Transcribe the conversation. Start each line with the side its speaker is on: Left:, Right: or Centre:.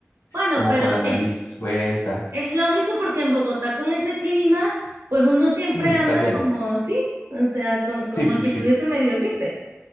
Right: Bueno,
Left: como
Right: pero
Left: con la nariz
Right: es,
Left: suelta.
Right: es lógico porque en Bogotá con ese clima, pues uno siempre
Left: Mm,
Right: anda
Left: también,
Right: como, sí, o sea, con, como
Left: sí, sí,
Right: si
Left: sí.
Right: tuviese medio gripe.